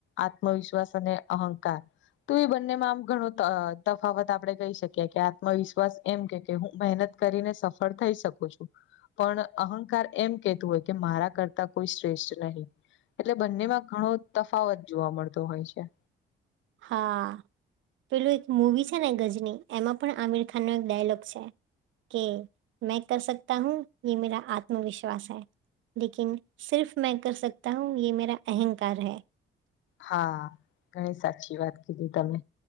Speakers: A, on the left; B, on the right.
A: આત્મવિશ્વાસ અને અહંકાર તો એ બંનેમાં આમ ઘણો તફાવત આપડે કહી શકીએ કે આત્મવિશ્વાસ એમ કે કે હું મહેનત કરીને સફળ થઈ શકું છું પણ અહંકાર એમ કેતું હોય કે મારા કરતા કોઈ શ્રેષ્ઠ નહીં એટલે બંનેમાં ઘણો તફાવત જોવા મળતો હોય છે
B: હા પેલું એક મૂવી છે ને ગજની એમાં પણ આમિર ખાનનો એક ડાયલોગ છે કે મેં કર સકતા હું યે મેરા આત્મવિશ્વાસ હૈ લેકિન સિર્ફ મેં કર સકતા હું એ મેરા અહંકાર હૈ
A: હા ઘણી સાચી વાત કીધી તમે